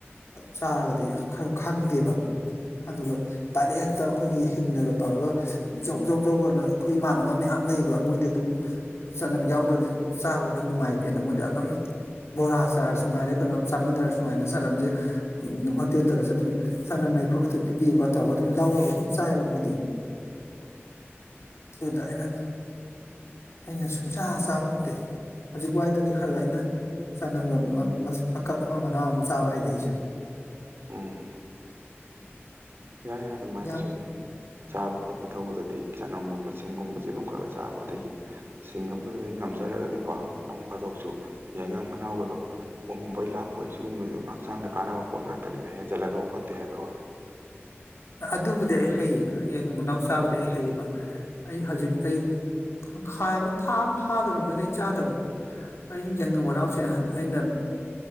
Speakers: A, on the left; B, on the right.
A: ꯆꯥꯔꯒꯗꯤ ꯈꯔ ꯈꯪꯗꯦꯕ ꯑꯗꯨꯒ ꯗꯥꯏꯔꯦꯛ ꯍꯦꯛꯇ ꯑꯩꯈꯣꯏꯒꯤ ꯍꯤꯡꯉꯒ ꯇꯧꯔꯒ ꯖꯧ ꯖꯧ ꯌꯖꯧꯒꯅ ꯑꯩꯈꯣꯏ ꯏꯃꯥꯟꯅꯕ ꯑꯃ ꯌꯥꯝ ꯂꯩꯕ ꯃꯣꯏꯗꯤ ꯑꯗꯨꯝ ꯆꯅꯝ ꯌꯥꯎꯗ꯭ꯔꯗꯤ ꯆꯥꯕ ꯌꯥꯝ ꯅꯨꯡꯉꯥꯏꯇꯦꯅ ꯃꯣꯏꯗ ꯑꯗꯨꯝ ꯕꯣꯔꯥ ꯆꯥꯔꯁꯨ ꯉꯥꯏꯔꯦ ꯀꯩꯅꯣꯝ ꯆꯥꯃꯤꯟꯅꯔꯁꯨ ꯉꯥꯏꯔꯦ ꯆꯅꯝꯁꯦ ꯍꯣꯇꯦꯜꯗꯒꯁꯨ ꯑꯗꯨꯝ ꯆꯅꯝ ꯂꯩꯕ꯭ꯔ ꯛꯇ ꯄꯤꯕꯤꯌꯨꯀ ꯇꯧꯔꯒ ꯑꯗꯨꯝ ꯂꯧꯔꯒ ꯑꯗꯨꯝ ꯆꯥꯏꯕ ꯃꯣꯏꯗꯤ ꯑꯗꯨꯗ ꯑꯩꯅ ꯑꯩꯅ ꯁꯨꯡꯁꯥ ꯆꯥꯕ ꯄꯣꯠꯇꯦ ꯍꯧꯖꯤꯛ ꯋꯥꯏꯗꯅꯦ ꯈꯔꯒ ꯑꯩꯅ ꯆꯅꯝꯒ ꯃꯀꯛ ꯑꯃ ꯃꯅꯥꯎ ꯑꯃ ꯆꯥꯕ ꯍꯩꯔꯛꯏꯁꯦ
B: ꯎꯝ ꯌꯥꯏ ꯑꯗꯨꯃꯥꯏꯅ
A: ꯌꯥꯝ
B: ꯁꯨꯝ ꯆꯥꯕ ꯈꯣꯠꯄ ꯆ ꯇꯧꯕꯗꯗꯤ ꯆꯅꯝꯒꯨꯝꯕ ꯁꯤꯡꯒꯨꯝꯁꯦ ꯑꯗꯨꯝ ꯈꯔ ꯈꯔ ꯆꯥꯕ ꯑꯗꯒꯤ ꯁꯤꯡ ꯑꯃꯗꯗꯒꯤ ꯉꯝꯖꯔꯒꯗꯤꯀꯣ ꯅꯣꯡ ꯐꯥꯗꯣꯛꯁꯨ ꯌꯥꯏꯉꯪ ꯃꯅꯥꯎꯒꯗꯣ ꯎꯕꯩ ꯂꯥꯛꯄꯣꯏ ꯁꯤꯒꯨꯝꯕꯕꯁꯤ ꯑꯗꯨꯝ ꯍꯛꯆꯥꯡꯗ ꯀꯥꯟꯅꯕ ꯄꯣꯠ ꯉꯥꯛꯇꯅꯤ ꯑꯗꯣ ꯍꯦꯟꯖꯜꯂꯒꯕꯨ ꯐꯠꯇꯦ ꯍꯥꯏꯕ ꯋꯥꯅꯤ
A: ꯑꯗꯨꯕꯨꯗꯤ ꯑꯩ ꯍꯩꯌꯦ ꯌꯦ ꯃꯅꯥꯎ ꯆꯥꯕꯗꯤ ꯑꯩ ꯍꯩꯕ ꯑꯩ ꯍꯧꯖꯤꯛ ꯑꯩ ꯇꯪꯈꯥꯏ ꯑꯃ ꯊꯥ ꯑꯃ ꯐꯥꯗꯣꯔ ꯂꯩ ꯆꯥꯗꯕ ꯑ ꯍ ꯌꯥꯏꯈ ꯃꯅꯥꯎꯁꯦ ꯑꯩꯅ